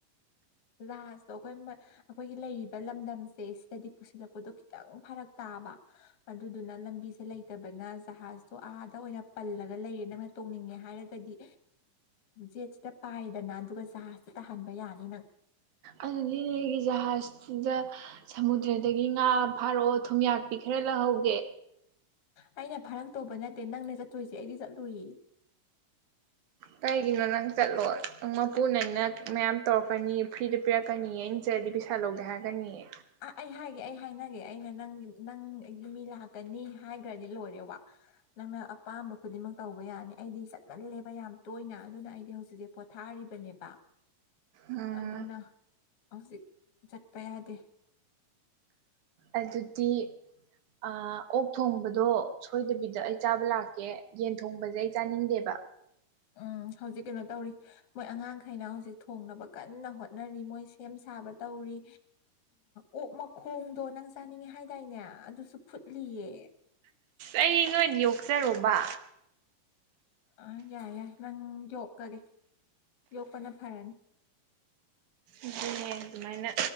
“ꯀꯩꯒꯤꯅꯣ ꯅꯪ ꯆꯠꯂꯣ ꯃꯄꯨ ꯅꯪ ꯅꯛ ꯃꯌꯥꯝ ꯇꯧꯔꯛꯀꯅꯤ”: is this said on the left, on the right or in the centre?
Right